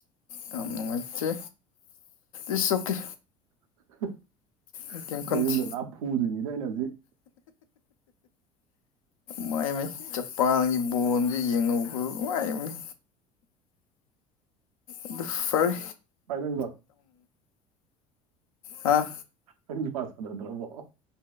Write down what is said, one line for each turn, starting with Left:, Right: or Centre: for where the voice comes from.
Left: ꯌꯥꯝ ꯅꯨꯡꯉꯥꯏꯇꯦ ꯏꯠꯁ ꯑꯣꯀꯦ
Right: <unintelligible>
Left: ꯑꯩ ꯀꯩꯝ ꯈꯟꯗꯦ
Right: ꯗ ꯌꯨꯝꯗ ꯂꯥꯞ ꯐꯨꯗꯣꯏꯅꯤꯗ ꯑꯩꯅ ꯍꯧꯖꯤꯛ
Left: ꯃꯥꯏ ꯆꯄꯥꯟꯒꯤ ꯕꯣꯟꯁꯦ ꯌꯦꯡꯍꯧꯕ ꯃꯥꯏꯕꯅꯤ ꯑꯗꯨ ꯐꯔꯦ
Right: ꯐꯥꯏꯅ
Left: ꯑꯥ
Right: ꯐꯝ ꯄꯥꯁꯗꯗ꯭ꯔꯕ